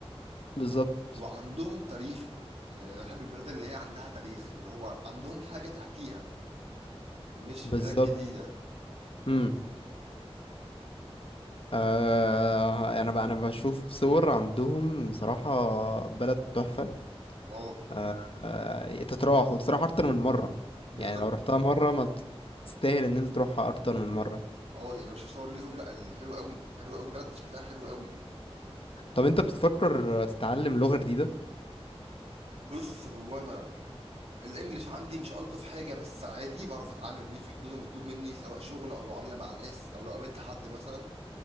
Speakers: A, on the left (about 60°); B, on the right (about 80°).
A: بالظبط
B: وعندهم تاريخ يعني انا بحب البلاد اللي هي عندها تاريخ اللي هو عندهم حاجه تحكيها مش
A: بالظبط
B: بلاد جديده
A: مم. آه انا بقى انا بشوف صور عندهم بصراحة بلد تحفة
B: اه
A: آه آه تتراح وتتراح اكتر من مرة
B: بالظبط
A: يعني لو رحتها مرة ما بت- تستاهل ان انت تروحها اكتر من مرة
B: اه يعني مش صور ليهم لا الحلو قوي حلو قوي البلد شكلها حلو قوي
A: طب انت بتفكر تتعلم لغة جديدة
B: بص هو انا الانجليش عندي مش الطف حاجه بس عادي بعرف اتعامل بيه في حدود المطلوب مني سواء شغل او معامله مع ناس او لو قابلت حد مثلا